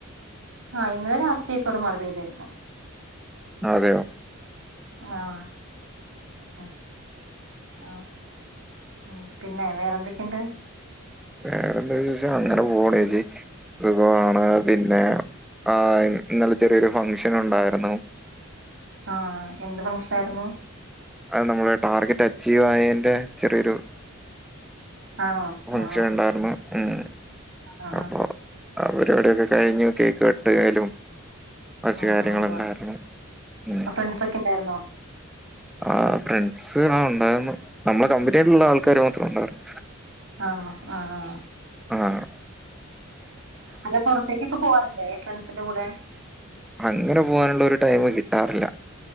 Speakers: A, on the right; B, in the centre.
A: ആഹ് ഇന്നലെ രാത്രിക്കെവിടെ മഴ പെയ്തിരുന്നു
B: അതെ
A: ആഹ് ആഹ് ഉം പിന്നെ വേറെന്തൊക്കെണ്ട്
B: വേറെന്താ ചോയ്ച്ച അങ്ങനെ പോക്ണു ചേച്ചി സുഖമാണ് പിന്നെ ആഹ് ഇന്നലെ ചെറിയൊരു ഫംഗ്ഷൻ ഉണ്ടായിരുന്നു
A: ആഹ് എന്ത് ഫംഗ്ഷനായിരുന്നു
B: അത് നമ്മളെ ടാർഗറ്റ് അച്ചീവ് ആയേന്റെ ചെറിയൊരു
A: ആണോ
B: ഫംഗ്ഷനുണ്ടായിരുന്നു
A: ആ ആ
B: ഏഹ്
A: ആ
B: അപ്പൊ അ പരിപാടിക്കെ കഴിഞ്ഞു കേക്ക് കട്ടിയ്യലും കുറച്ച്
A: ആ
B: കാര്യങ്ങളുണ്ടായിരുന്നു
A: ആ ഉവ്വ്
B: ഉം
A: ഫ്രണ്ട്സ് ഒക്കെ ഉണ്ടായിരുന്നോ
B: ആ ഫ്രണ്ട്സ് ആഹ് ഉണ്ടായിരുന്നു. നമ്മളെ കമ്പനിയിലുള്ള ആൾക്കാര് മാത്ര ഉണ്ടായിരുന്ന്
A: ആണോ ആഹ് ആഹ്
B: ആഹ്
A: അല്ല പൊറത്തേക്കൊക്കെ പോവാറില്ലേ ഫ്രണ്ട്സിന്റെ കൂടെ
B: അങ്ങനെ പോവാനുള്ള ഒരു ടൈം കിട്ടാറില്ല